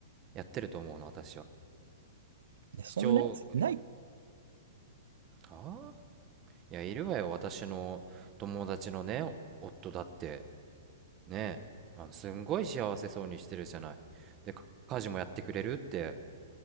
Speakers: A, on the right (about 25°); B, on the right (about 75°).
A: やってると思うの、私は。
B: いやそんなやついない
A: 視聴、ああいや、いるわよ、私の友達のね、夫だって、ねえ、あの、すんごい幸せそうにしてるじゃない。で、か家事もやってくれるって